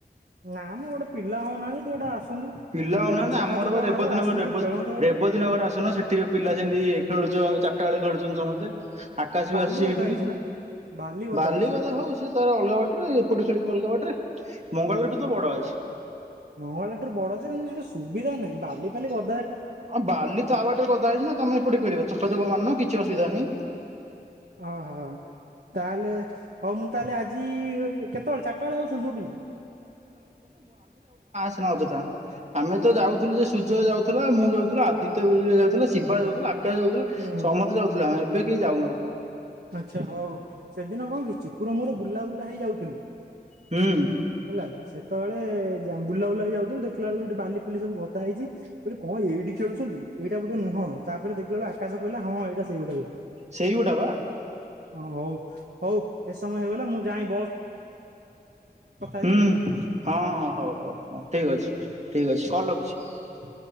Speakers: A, on the right; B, on the right.
A: ନା ମ ଗୋଟେ ପିଲା ହଉନାହାନ୍ତି ତୁ ଗୋଟେ ଆସନ୍ତୁ।
B: ପିଲା
A: ତ
B: ହଉନାହାନ୍ତି
A: ବଢିଆ ଛକା
B: ଆମର
A: ଚୌକା
B: ବା ରେବତୀନଗର
A: ମାରୁ ଆସନ୍ତା ଖେଳନ୍ତେ ଗୋଟେ
B: ରେବତୀ ନଗର ଆସୁନ ସେଠି ପିଲା ସେମିତି ଖେଳୁଛୁ ଆଉ ଚାରିଟା ବେଳେ ଖେଳଛୁ। ଚିନିଛ ମତେ, ଆକାଶ
A: ବାଲି
B: ବି ଆସୁଛି
A: ଗଦା
B: ଏଇଠିକି
A: ହେଇଛି ବା ଗଦା
B: ବାଲି
A: ହେଇଛି।
B: କଥା ହଉ ସେ ତାର ଅଲଗା ବାଟରେ ଏପଟେ ଖେଳିବ ଅଲଗା ବାଟରେ। ମଙ୍ଗଲାବାଗ ଠୁ ତ ବଡ ଅଛି।
A: ମଙ୍ଗଳାବାଗଠାରୁ ବଡ ଯେ କିନ୍ତୁ ସେଠି ସୁବିଧା ନାହିଁ ବାଲି ଫାଲି ଗ
B: ଆଁ ବାଲି ତା ବାଟରେ ଗଦା ହେଇଛି ନା ତମେ ଏପଟେ ଖେଳିବ ଛକା ଚୌକା ମାରୁନ କିଛି ଅସୁବିଧା ନାହିଁ।
A: ଓହୋ। ତାହେଲେ ହଉ ମୁଁ ତାହେଲେ ଆଜି କେତେବେଳେ ଚାରିଟା ବେଳେ ଆଉଛନ୍ତି ସବୁ ପିଲା।
B: ସେନା ଅଯଥା ଆମେ ତ ଯାଉଥିଲୁ ଯେ ସୂର୍ଯ୍ୟ ଯାଉଥିଲା ମୁଁ ଯାଉଥିଲୁ ଆଦିତ୍ୟ ବି ଯାଉଥିଲା ଶିବା ଯାଉଥିଲା। ଆକାଶ ଯାଉଥିଲା
A: ହୁଁ।
B: ସମସ୍ତେ ଯାଉଥିଲୁ ଆମେ ଏବେ। କି ଯାଉନାଉ।
A: ଆଚ୍ଛା ହଉ ସେଦିନ କଣ କି ଚିକୁର ମୋର ବୁଲା ବୁଲା ହେଇଯାଉଥିଲୁ।
B: ହୁଁ
A: ହେଲା ସେତେବେଳେ ଜା ବୁଲାବୁଲା ହେଇ ଯାଉଥିଲୁ ଦେଖିଲା ବଳକୁ ସେଠି ବାଲି ଫାଲି ସବୁ ଗଦା ହେଇଛି ବୋଲି କଣ ଏଇଠି ଖେଳୁଛନ୍ତି ଏଟା ବୋଧେ ନୁହଁ ତାପରେ ଦେଖା ବେଳକୁ ଆକାଶ କହିଲା ହଁ ଏଇଟା ସେଇଗୋଟା କ ହିଁ।
B: ସେଇ ଗୋଟା ପା।
A: ହଁ ହଉ ହଉ ଏ ସମୟ ହେଇଗଲା ମୁଁ ଯଯାଏଁ ।
B: ହୁଁ
A: ହେବି ଆଉ।
B: ହଁ ହଁ ହଉ ହଉ ହଉ ଠିକ ଅଛି ଠିକ ଅଛି କଲ ରଖୁଛି।